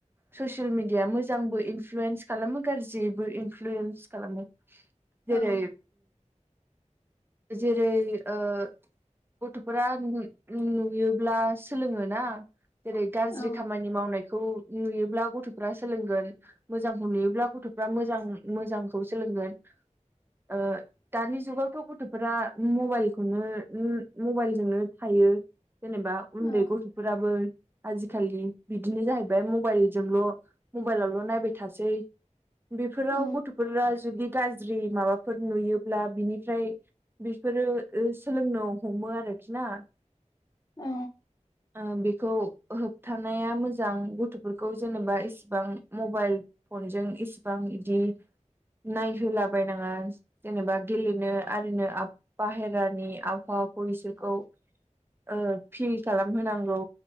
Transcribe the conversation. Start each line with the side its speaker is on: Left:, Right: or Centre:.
Right: ससियेल मिडिया मोजांबो इनफ्लुयेन्स खालामो गाज्रिबो इनफ्लुयेन्स खालामो जेरै
Left: औ
Right: जेरै ओ गथ'फोरा नु-नुयोब्ला सोलोङो ना जेरै गाज्रि
Left: औ
Right: खामानि मावनायखौ नुयोब्ला गथ' गथ'फ्रा सोलोंगोन मोजांखौ नुयोब्ला गथ'फ्रा मोजां मोजांखौ सोलोंगोन ओ दानि जुगावथ' गथ'फोरा मबाइल खौनो मबाइलजोंनो थायो जेनेबा उन्दै
Left: औ
Right: गथ'फोराबो आजिखालि बिदिनो जाहैबाय मबाइलजोंल' मबाइलावल' नायबाय थासै। बेफोराव
Left: औ
Right: गथ'फोरा जुदि गाज्रि माबाफोर नुयोब्ला बिनिफ्राय बेफोरो ओ सोलोंनो हमो आरोखि ना।
Left: अ
Right: ओ बेखौ होबथानाया मोजां गथ'फोरखौ जेनेबा इसिबां मबाइल फनजों इसेबां इदि नायहोलाबायनाङा। जेनेबा गेलेनो आरिनो आब बाहेरानि आबहावा खौ इसोरखौ ओ फिल खालामहोनांगौ